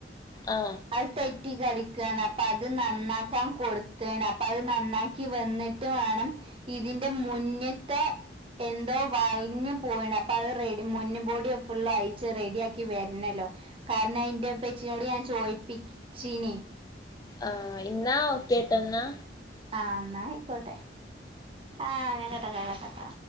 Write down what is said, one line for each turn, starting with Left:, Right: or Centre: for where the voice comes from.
Left: ആ
Right: അത് തെറ്റി കെടക്കാണ് അപ്പൊ അത് നന്നാക്കാൻ കൊടുത്താണ് അപ്പൊ അത് നന്നാക്കി വന്നിട്ട് ട്ട് വേണം ഇതിന്റെ മുന്നത്തെ എന്തോ വളഞ്ഞു പോയിണ് അപ്പത് റെഡി മുന്ന് ബോഡി ഫുള്ളയി ച്ച് റെഡിയാക്കി വരണല്ലോ കാരണം അയ്ന്റെ പ്പച്ചിനോട് ഞാൻ ചോയിപ്പിച്ചിനി
Left: ആഹ് ന്നാ ഓക്കേട്ടോന്നാ
Right: ആഹ് ന്നായിക്കോട്ടെ ആഹ് ഞാൻ കട്ടാക്ക കട്ടാക്ക